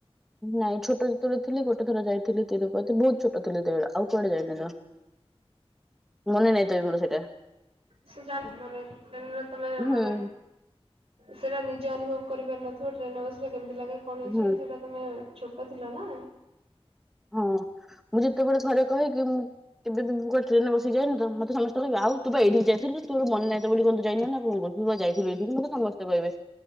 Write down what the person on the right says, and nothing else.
ସେ ଜାଣି ମାନେ ଟ୍ରେନ ତମେ
ମାନେ ସେଇଟା ନିଜେ ଅନୁଭବ କରି ପାରିନ ଟ୍ରେନରେ ବସିଲେ କେମିତି ଲାଗେ କ'ଣ ହେଇଛି
ସେଇଟା ତମେ ଛୋଟ ଥିଲ ନା।